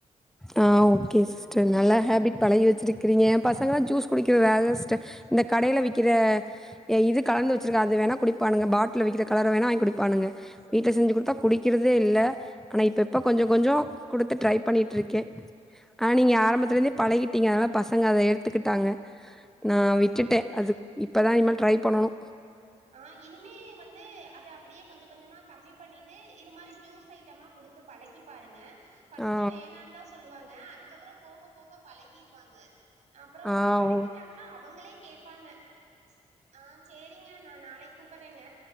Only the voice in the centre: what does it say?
ஆ ஓகே சிஸ் ஸ்டர் நல்ல ஹேபிட் பழகி வச்சிருக்கிருங்க ஏ பசங்கள்லா ஜூஸ் குடிக்கற வேலல சிஸ்டர் இந்த கடைல விக்கிற ஏ இ கலந்து வச்சுருக்க அது வேணா குடிப்பானுங்க பாட்ல விக்கிற கலர வேணா வாங்கி குடிப்பானுங்க வீட்ல செஞ்சு குடுத்தா குடிக்கிறதே இல்ல ஆனா இப்ப இப்ப கொஞ்ச கொஞ்சோ குடுத்து ட்ரை பண்ணிட்ருக்கே ஆனா நீங்க ஆரம்பத்துலேருந்தே பழகிட்டீங்க அதனால பசங்க அத எடுத்துக்கிட்டாங்க நா விட்டுட்டே அது இப்ப தா இனிம ட்ரை பண்ணணு
ஆ
ஆ
ஓ